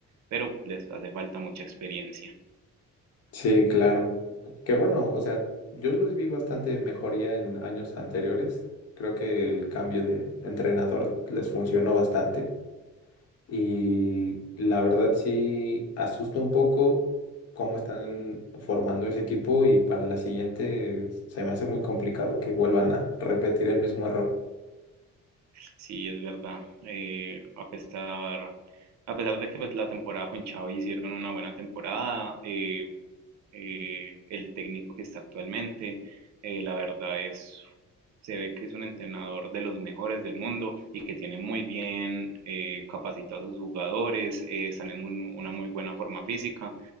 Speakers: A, on the right; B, on the left.
A: pero les hace falta mucha experiencia.
B: sí, claro. Que bueno, o sea, yo los vi bastante mejoría en años anteriores. Creo que el cambio de entrenador les funcionó bastante. Y la verdad sí asusta un poco cómo están formando ese equipo y para la siguiente se me hace muy complicado que vuelvan a repetir el mismo error.
A: Sí, es verdad. Eh, a pesar, a pesar de que pues, la temporada con Xavi hicieron una buena temporada, eh, eh, el técnico que está actualmente, eh, la verdad es, se ve que es un entrenador de los mejores del mundo y que tiene muy bien eh, capacitados a sus jugadores, eh, están en un- una muy buena forma física